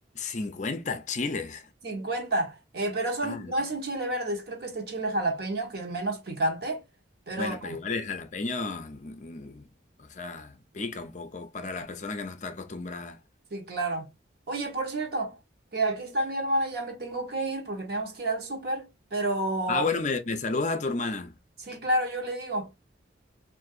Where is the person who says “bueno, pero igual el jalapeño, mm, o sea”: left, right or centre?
Left